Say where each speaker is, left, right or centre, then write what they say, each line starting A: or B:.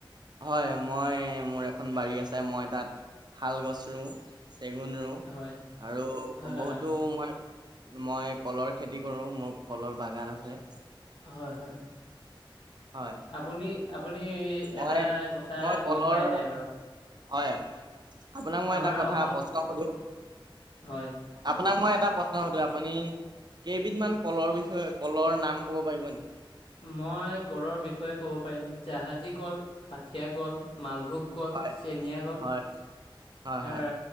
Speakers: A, on the right; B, on the left.
A: হয়, মই মোৰ এখন বাৰী আছে, মই তাত শাল গছ ৰুওঁ, চেগুন ৰুওঁ।
B: হয়
A: আৰু
B: হয়
A: বহুতো
B: হয়
A: মই মই কলৰ খেতি কৰো, মোৰ কলৰ বাগান আছে।
B: হয়, হয়।
A: হয়।
B: আপুনি, আপুনি
A: মই
B: এটা কথা
A: মই কলৰ
B: গম পাই নে নাই বাৰু?
A: হয়, আপোনাক মই
B: আমাৰ
A: এটা কথা
B: অসম
A: প্ৰশ্ন সোধো।
B: হয়।
A: আপোনাক মই এটা প্ৰশ্ন সুধো, আপুনি কেইবিধমান কলৰ বিষয়ে, কলৰ নাম ক'ব পাৰিব নেকি?
B: মই কলৰ বিষয়ে ক'ব পাৰিম, জাহাজী কল, আঠিয়া কল, মালভোগ কল,
A: হয়
B: চেনিয়া কল
A: হয়
B: এ
A: হয় হয়।